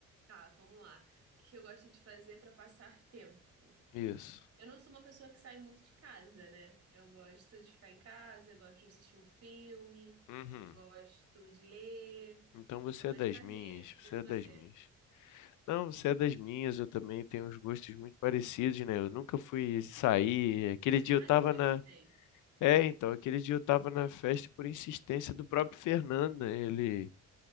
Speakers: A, on the right; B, on the left.
A: tá, vamos lá. O que que eu gosto de fazer para passar tempo?
B: Isso.
A: Eu não sou uma pessoa que sai muito de casa, né? Eu gosto de ficar em casa, eu gosto de assistir um filme,
B: Uhum.
A: gosto de ler,
B: Então você
A: sou mais
B: é das
A: caseira.
B: minhas.
A: Mas
B: Você
A: e
B: é
A: você?
B: das minhas. Não, você é das minhas. Eu também tenho uns gostos muito parecidos, né? Eu nunca fui sair. Aquele dia
A: Ai,
B: eu tava
A: que coincidência.
B: na. É, então, aquele dia eu tava na festa por insistência do próprio Fernando. né? Ele